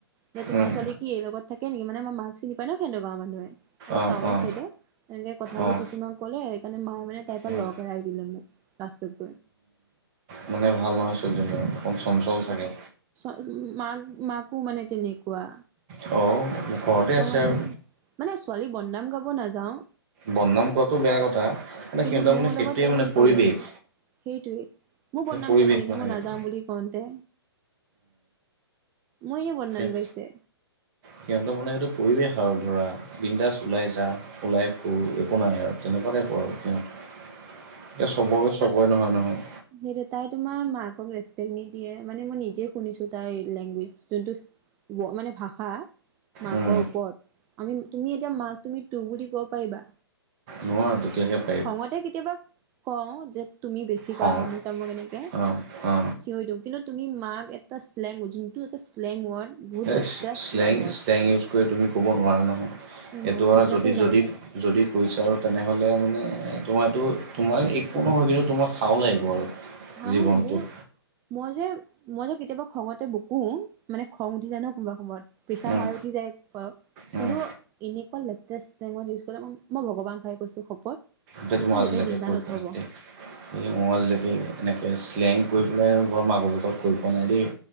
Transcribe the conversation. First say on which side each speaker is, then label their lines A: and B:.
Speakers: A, on the right; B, on the right.
A: যে তোমাৰ
B: উম
A: ছোৱালী কি এই লগত থাকে নেকি মানে মই মাক চিনি ন সেনেকা গাঁৱৰ মানুহে অলপ
B: অঁ
A: টাউনৰ
B: অঁ
A: চাইডে তেনেকে কথাবোৰ
B: অঁ
A: কিছুমান ক'লে সেইকাৰণে মায়ে মানে তোৰ পৰা
B: উম
A: লগ এৰাই দিলে মোক কাছটোক
B: মানে ভাল নহয় ছোৱালী জনী অকণ চঞ্চল চাগে।
A: উ মাক মাকো মানে তেনেকুৱা।
B: অ। ঘৰতে
A: চ'
B: আছে
A: মানে
B: আৰু
A: মানে ছোৱালী বদনাম গাব নাযাওঁ।
B: বদনাম গোৱাটো বেয়া কথা। মানে
A: কিন্তু
B: সিহঁতৰ
A: মোৰ
B: মানে সেইটোৱে
A: লগত তাই
B: মানে
A: কি কৰিলে
B: পৰিৱেশ
A: সেইটোৱে মোৰ বদনাম
B: পৰিৱেশ
A: গাইছে এনেই
B: মানে
A: মই
B: সেইটো
A: নাযাওঁ বুলি কওতে মইয়ে বদনাম
B: উম
A: গাইছে।
B: সিহঁতৰ মানে সেইটো পৰিৱেশ আৰু ধৰা। বিন্দাছ ওলাই যা, ওলাই ফুৰ, একো নাই আৰু তেনেকুৱা টাইপ আৰু সিহঁতৰ। এতিয়া চবকে চবৰে নহয় নহয়।
A: সেই তাই তোমাৰ মাকক ৰেচপেক্ট নিদিয়ে, ‌ মানে মই নিজে শুনিছো তাই লেংগুৱেজ। যোনটো মানে ভাষা। মাকৰ
B: উম
A: ওপৰত আমি তুমি, এতিয়া মাক তুমি তোৰ বুলি কব পাৰিবা।
B: নোৱাৰো তেতিয়াকে
A: খঙতে কেতিয়াবা কওঁ যে তুমি বেছি
B: খং
A: কৰা আমুক, তামুক এনেকে
B: অ অ
A: চিঞৰি দিও কিন্তু তুমি মাক এটা শ্লেং যোনটো এটা শ্লেং ৱৰ্ড বহুত
B: এই
A: লেতেৰা
B: শ্লেং,
A: ৱৰ্ড
B: শ্লেং ইউজ কৰি তুমি কব নোৱাৰা নহয়
A: মোৰ মা
B: এইটো আৰু
A: বিশ্বাস
B: যদি
A: কৰিবা
B: যদি যদি কৈছে আৰু তেনেহ'লে মানে তোমাৰো তোমাৰ একো নহয় কিন্তু তোমাক হাও লাগিব আৰু
A: হাও
B: জীৱনটোত
A: মোৰ মই যে মই যে কেতিয়াবা খঙতে বকো মানে খং উঠি জানো কোনোবা সময়ত প্ৰেছাৰ
B: উম
A: হাই উঠি যায়।
B: উম
A: কিন্তু এনেকুৱা লেতৰা শ্লেং ৱৰ্ড ইউজ কৰে। মই ভগৱান <unintelligible> কৈছো শপত
B: সেইটো
A: মোক
B: মই আজিলৈকে
A: দেউতাই জিন্দা
B: কৰি
A: নথব।
B: পোৱা নাই দেই এই আজিলৈকে এনেকে শ্লেং কৰি পেলাই ঘৰ, মাকঘৰ লগ লগৰত কৰি পোৱা নাই দেই।